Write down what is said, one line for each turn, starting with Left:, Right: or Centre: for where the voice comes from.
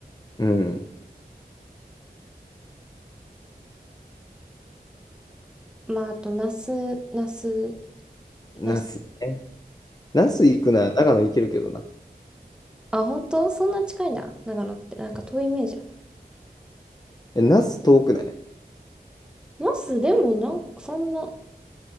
Left: うん。
Centre: まあ、あと、那須、那須、
Left: 那須ね。
Centre: 那須、
Left: 那須行くなら長野行けるけどな。
Centre: なあ、本当そんな近いんだ。長野って。なんか遠いイメージある。
Left: え、那須遠くない
Centre: 那須、でもな、そんな、